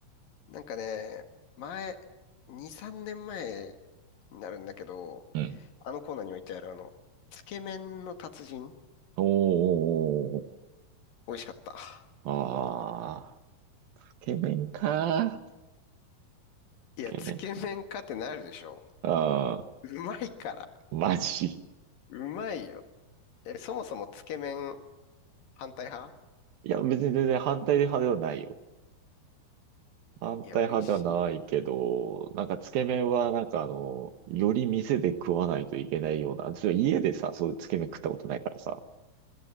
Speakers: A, on the left (about 65°); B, on the right (about 70°).
A: なんかね、前、2、3年前になるんだけど、
B: うん。うん。
A: あのコーナーに置いてあるあの、つけ麺の達人、
B: おーおーおーおー。
A: 美味しかった。
B: ああ、つけ麺か。
A: いや、
B: ケメンな。
A: つけ麺かってなるでしょ。
B: あ
A: うまいから。
B: あマジ。
A: うまいよ。え、そもそもつけ麺反対派
B: いや、別に全然反対派ではないよ。反対派ではないけど、
A: いや、美味しいよ。
B: なんかつけ麺はなんかあの、より店で食わないといけないような、ちょ家でさ、そういうつけ麺食ったことないからさ。